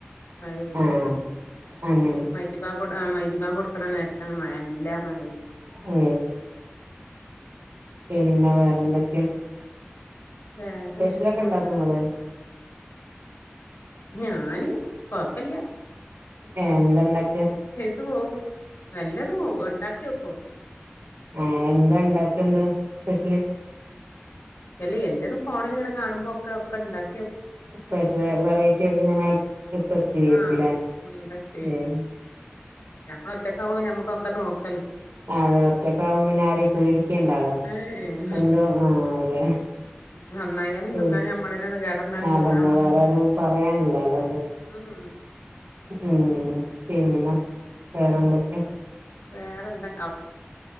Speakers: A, on the left (about 80°); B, on the right (about 80°).
A: <unintelligible>
B: ആഹ് അങ്ങനെ
A: ആ മൈദി മാവ് കൊടുക്കണ നേരത്താണ് മഴ എല്ലാ നന
B: ഊ പിന്നെ വേറെ
A: പിന്നെ
B: എന്തൊക്കെയാ
A: വേറെ
B: സ്പെഷ്യലൊക്കെ
A: എങ്ങനെ പോണ്
B: ഇണ്ടാക്കുവോ
A: ഇങ്ങക്ക്
B: നിങ്ങള്
A: ഞാന് കൊഴപ്പില്ല
B: ഏ എന്തണ്ടൊക്കെ
A: ണ്ട് പോവും നല്ലതും ഉണ്ടാക്കി വെക്കും
B: ആ എന്താ ഉണ്ടാക്കിയല് സ്പെഷ്യല്
A: എല്ലി എല്ലതും ഫോണിൽ ഇങ്ങനെ കാണുമ്പോ ഒക്കെ ഒക്കെ ഉണ്ടാക്കിയ
B: സ്പെഷ്യല് വെറൈറ്റി ക്കെ ഇങ്ങനെ ടെസ്റ്റ് ചെയ്യക്കില്ലേ
A: ആ ഉം ടെസ്റ്റ് ചെയ്യും
B: ഏ
A: നമ്മള് ഒറ്റക്ക് ആവു നമ്മുക്കൊക്കെ നോക്ക്
B: അ അതെ ഒറ്റക്കാവും പിന്നെ ആരെയും പേടിക്കണ്ടാലോ
A: ഏ ഏ
B: എന്തോ ആ അതെ
A: നന്നായാലും
B: ശരി
A: തിന്നാ ഞമ്മളെന്നെ കേടന്നാലും
B: അതന്നെ
A: തിന്നാ
B: <unintelligible> പറയാനില്ലല്ലോക്കെ
A: ആന്നാ
B: ഉം പിന്നെ വേറെന്തൊക്കെയാ
A: വേറെ എന്താ